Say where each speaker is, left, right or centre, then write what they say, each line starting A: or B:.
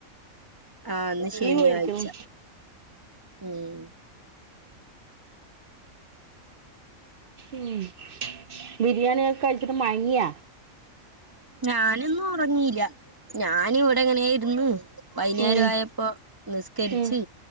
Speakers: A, on the right (about 15°); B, on the right (about 60°).
A: ആഹ് ഇന്ന് ശനിയാഴ്ച
B: പോയിരിക്കണം
A: ഉം
B: ഉം ബിരിയാണി ഒക്കെ കഴിച്ചിട്ട് മയങ്ങിയ
A: ഞാനൊന്നും ഒറങ്ങില്ല ഞാന് ഇവിടെ ഇങ്ങനെ ഇര്ന്ന് വൈന്നേരം
B: ഉം,
A: ആയപ്പോ നിസ്കരിച്ച്
B: ഉം.